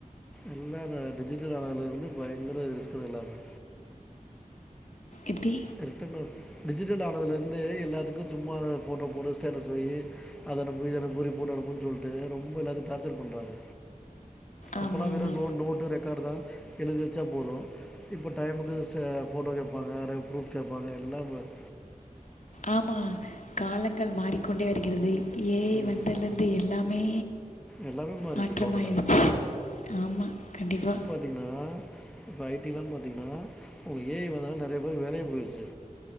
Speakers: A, in the centre; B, on the left.
A: எல்லா இந்த டிஜிட்டல் ஆனந்துலந்து பயங்கர ரிஸ்க்குதா எல்லாமே
B: எப்டி
A: ரிட்டன் ஒர்க் டிஜிட்டல் ஆனதுலந்து எல்லாத்துக்கு சும்மா ஃபோட்டோ போடு ஸ்டேட்டஸ் வையி அத அனுப்பு இத அனுப்பு ரிப்போர்ட் அனுப்புன் சொல்ட்டு ரொம்ப இல்லாத டாச்சர் பண்றாங்க
B: ஆமாமா.
A: அப்பலா வெரு நோ நோட்டு ரெக்கார்டுதா எழுதி வச்சா போது இப்ப டைமுக்கு ச ஃபோட்டோ கேப்பாங்க ப்ரூஃப் கேப்பாங்க எல்லா பார்
B: ஆமா காலங்கள் மாறிக்கொண்டே வருகிறது ஏ ஐ
A: ம்.
B: வந்தலந்து எல்லா மே
A: எல்லாமே மாறிடுச்சு
B: மாற்றமாயிடுச்சு
A: டோட்டலாக
B: ஆமா கண்டிப்பா
A: பாத்தீங்கன்னா இப்ப ஐ டிலா பாத்தீங்கனா உங்களுக்கு ஏ ஐ வந்தனால நறைய பேருக்கு வேலைய போயிருச்சு